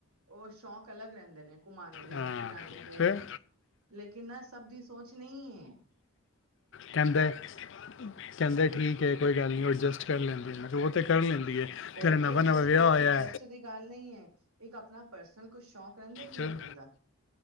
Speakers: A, on the right; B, on the left.
A: ਓ ਸ਼ੌਕ ਅਲੱਗ ਰੈਂਦੇ ਨੇ ਘੁਮਾਣੇ ਦੇ
B: ਹਾਂ
A: ਫਿਰਾਣੇ ਦੇ
B: ਫਿਰ
A: ਲੇਕਿਨ ਲੇਕਿਨ ਨਾ ਸਭ ਦੀ ਸੋਚ ਨਈਂ ਏ।
B: ਕੈਂਦੇ ਕੈਂ ਦੇ ਠੀਕ ਏ, ਕੋਈ ਗੱਲ ਨਈਂ, ਓ ਐਡਜਸਟ ਕਰ ਲੈਂਦੀ ਏ। ਤੇ ਕਰ ਲੈਂਦੀ ਏ, ਤੇਰਾ
A: ਉਹ
B: ਨਵਾਂ-ਨਵਾਂ
A: ਤੇ ਐਡਜਸਟ
B: ਵਿਯਾ
A: ਦੇਖ
B: ਹੋਇਆ।
A: ਐਡਜਸਟ ਦੀ ਗੱਲ ਨਈਂ ਏ, ਇੱਕ ਅਪਣਾ ਪਰਸਨਲ ਕੋਈ ਸ਼ੌਕ ਰੈਂਦਾ ਕਿ
B: ਫਿਰ
A: ਨਈਂ ਰੈਂਦਾ,